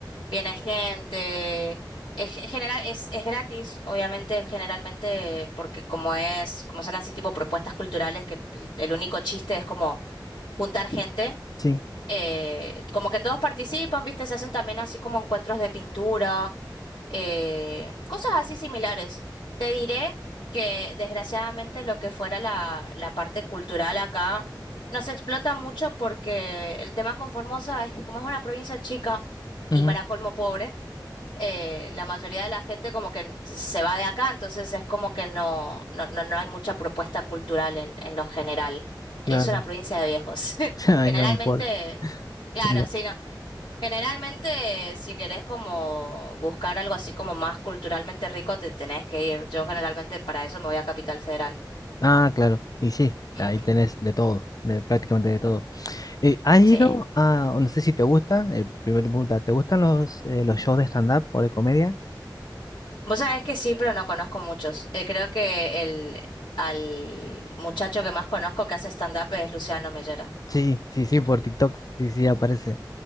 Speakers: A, on the left (about 80°); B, on the left (about 50°).
A: Viene gente, es, ge- general, es, es gratis, obviamente, generalmente, porque como es, como son así tipo propuestas culturales, que el único chiste es como juntar gente.
B: sí,
A: eh, como que todos participan, ¿viste? Se hacen también así como encuentros de pintura eh, cosas así similares. Te diré que desgraciadamente lo que fuera la, la parte cultural acá no se explota mucho porque el tema con Formosa es que como es una provincia chica
B: ujú,
A: y para colmo pobre, eh, la mayoría de la gente como que se va de acá, entonces es como que no, no, no, no hay mucha propuesta cultural en, en lo general.
B: claro.
A: Es una provincia de viejos. <laughs>
B: <laughs> Ay,
A: Generalmente,
B: no, pobre.
A: claro,
B: Mira.
A: sí, no. Generalmente, si querés como buscar algo así como más culturalmente rico, te tenés que ir. Yo generalmente para eso me voy a Capital Federal.
B: Ah, claro, y sí,
A: Ujú,
B: ahí tenés de todo, de prácticamente de todo. Eh, ¿has ido
A: Sí.
B: a, o no sé si te gusta, eh, primera pregunta, ¿te gustan los, eh, los shows de stand-up o de comedia?
A: Vos sabés que sí, pero no conozco muchos. Eh, creo que el al muchacho que más conozco que hace stand-up es Luciano Mellera.
B: Sí, sí, sí, por TikTok, sí, sí, aparece.